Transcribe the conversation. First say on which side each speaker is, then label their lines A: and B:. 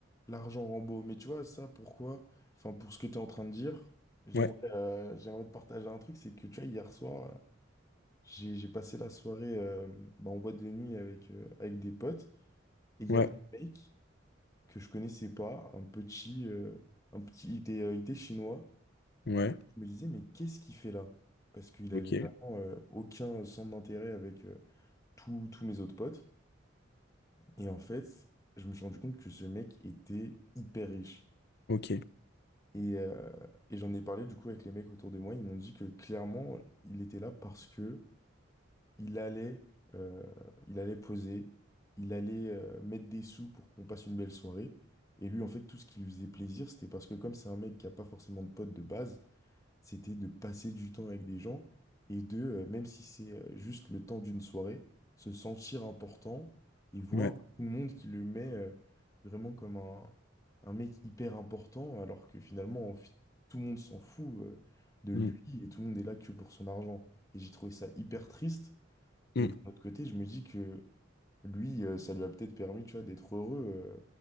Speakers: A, on the left; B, on the left.
A: L'argent rend beau. Mais tu vois, ça, pourquoi? Enfin, pour ce que tu es en train de dire, j'aimerais
B: Ouais,
A: euh, j'aimerais te partager un truc. C'est que, tu vois, hier soir, euh, j'ai j'ai passé la soirée euh, bah, en boîte de nuit avec, euh, avec des potes. Et il
B: ouais,
A: y avait un mec que je connaissais pas, un petit, euh, un petit, il était, euh, il était chinois.
B: ouais.
A: Je me disais, mais qu'est-ce qu'il fait là? Parce qu'il
B: Ok,
A: avait vraiment euh, aucun centre d'intérêt avec euh, tous tous mes autres potes. Et en fait, je me suis rendu compte que ce mec était hyper riche.
B: ok,
A: Et, euh, et j'en ai parlé du coup avec les mecs autour de moi. Ils m'ont dit que clairement, il était là parce que il allait, euh, il allait poser, il allait euh, mettre des sous pour qu'on passe une belle soirée. Et lui, en fait, tout ce qui lui faisait plaisir, c'était parce que comme c'est un mec qui a pas forcément de potes de base, c'était de passer du temps avec des gens et de, euh, même si c'est euh, juste le temps d'une soirée, se sentir important et voir
B: ouais.
A: tout le monde qui le met euh, vraiment comme un, un mec hyper important, alors que finalement, en fi- tout le monde s'en fout euh, de lui
B: Mm,
A: et tout le monde est là que pour son argent. Et j'ai trouvé ça hyper triste.
B: mm.
A: Mais de l'autre côté, je me dis que lui, euh, ça lui a peut-être permis, tu vois, d'être heureux,